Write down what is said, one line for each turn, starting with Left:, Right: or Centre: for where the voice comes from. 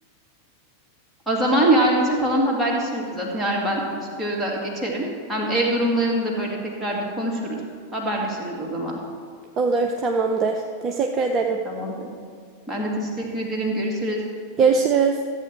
Centre: <laughs> O zaman yarın için falan haberleşiriz zaten. Yarın ben stüdyoya da geçerim. Hem ev durumlarını da böyle tekrar bir konuşuruz. Haberleşiriz o zaman.
Right: Olur, tamamdır. Teşekkür ederim.
Centre: Tamamdır. Ben de teşekkür ederim. Görüşürüz.
Right: Görüşürüz.